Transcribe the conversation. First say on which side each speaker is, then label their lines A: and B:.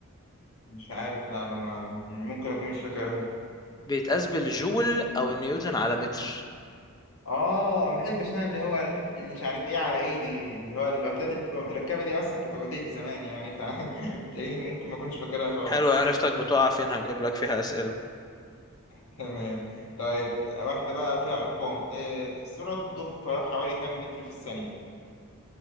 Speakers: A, on the left; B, on the left.
A: مش عارف لا انا ما- ممكن اكون مش فاكرها
B: بيتقاس بالجول او النيوتن على متر
A: اه ما بحبش انا اللي هو اللي مش عارف ايه على ايه دي اللي هو الوحدات اللي بتبقى متركبه دي اصلا كانت عقدتي زمان يعني فتلاقيني <laughs> ممكن ما اكونش فاكرها خالص
B: حلو عرفتك بتقع فين هجيب لك فيها اسئلة
A: تمام طيب واحده بقى فيها ارقام آه سرعه الضوء في الفراغ حوالي كام متر في الثانيه